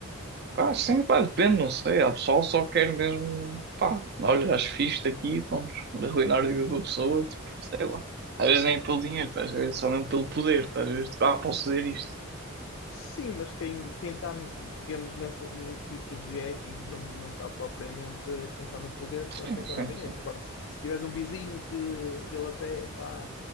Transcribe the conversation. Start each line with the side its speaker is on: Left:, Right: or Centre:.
Right: Pá, sim, pá, depende, não sei. Há pessoal que só quer mesmo, pá, olha, acho fixe isto aqui e pronto, arruinar a vida da pessoa, tipo, sei lá. Às vezes nem é pelo dinheiro, tá? Às vezes só mesmo pelo poder, tá? Às vezes, tipo, ah, posso fazer isto.
Left: Sim, mas quem, quem está, digamos, nessas equipas de hacking não, não está propriamente a pensar no poder, está
Right: Sim,
Left: a pensar
Right: sim,
Left: no dinheiro.
Right: sim.
Left: Agora, se, se tiveres um vizinho que ele até está,